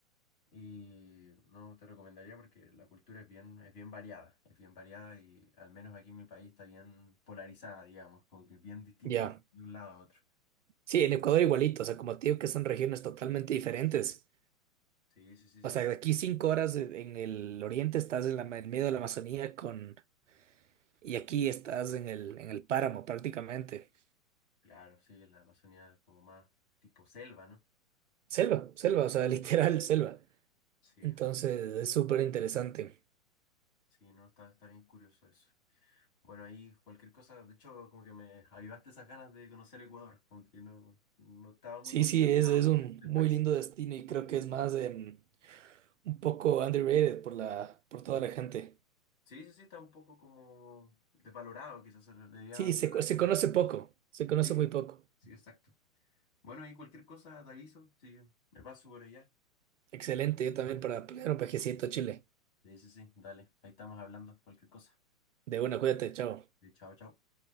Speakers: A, on the left; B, on the right.
A: Y no te recomendaría porque la cultura es bien, es bien variada, es bien variada y al menos aquí en mi país está bien polarizada, digamos, como que es bien distinta
B: Ya.
A: de un lado a otro.
B: Sí, en Ecuador igualito, o sea, como te digo que son regiones totalmente diferentes.
A: Sí, sí, sí, sí.
B: O sea, de aquí cinco horas en en el oriente estás en la, ma- en medio de la Amazonía con, y aquí estás en el, en el páramo prácticamente.
A: Claro, sí, en la Amazonía es como más tipo selva, ¿no?
B: Selva, selva, o sea, <laughs> literal selva.
A: Sí,
B: Entonces
A: no,
B: es súper interesante.
A: sí, no, está, está bien curioso eso. Bueno, ahí cualquier cosa, de hecho, como que me avivaste esas ganas de conocer Ecuador, como que no, no estaba muy
B: Sí,
A: culturizado
B: sí, es, es un
A: del
B: muy
A: país.
B: lindo destino y creo que es más em, un poco underrated por la, por toda la gente.
A: Sí, sí, sí, está un poco como desvalorado, quizás se le debería
B: Sí, se,
A: pagar
B: co- se
A: más.
B: conoce poco, se conoce
A: Sí,
B: muy poco.
A: sí, exacto. Bueno, y cualquier cosa te aviso, sí, me paso por allá.
B: Excelente, yo también para pelear un pajecito a Chile.
A: Sí, sí, sí, dale, ahí estamos hablando, cualquier cosa.
B: De una, cuídate, chao.
A: Sí, chao, chao.